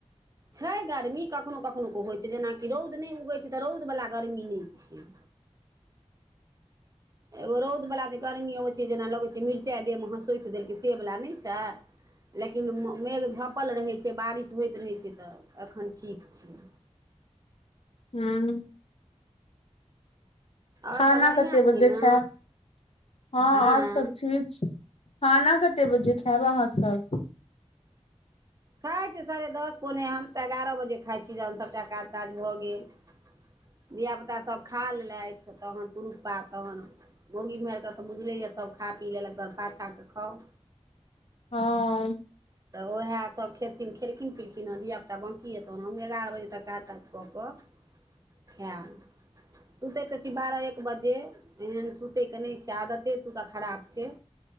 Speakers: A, on the right; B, on the left.
A: छै गर्मी कखनो कखनो क होइत छै जेनाकि रौद नहि उगैत छै तऽ रौदवला गर्मी नहि छै एगो रौद ऊवला जे गर्मी होई छै जेना लगै छै मिर्चाई देह में हसोइत देलकै से वाला नहि छै लेकिन मेघ झपल रहै छै बारिश होइत रहै छै तऽ एखन ठीक छै
B: हँ
A: आओर
B: खाना
A: सब बढ़िआँ
B: कते बजे
A: छी ने
B: खायब हाँ
A: हँ
B: और सब ठीक छै खाना कतेक बजे खायब अहाँ सब
A: खाइत छी साढ़े दस पौने हम तऽ ग्यारह बजे खाइत छी जखन सभटा काज ताज भऽ गेल धिया पुता सभ खा लेलेथ तहन पुरुख पात तहन मोगी मेहर के तऽ बुझले यऽ सब खा पी लेलक तऽ पाछा केऽ खाउ
B: हँ
A: तऽ ओहे सब खेथिन खेलखिन पिलखिन हे धिया पुता बंकी हेतौन हमु एगार बजे तक काज तात कऽ केऽ खेब सुतैत तऽ छी बारह एक बजे एहन सुतयके नहि छै आदते एतुका खराब छै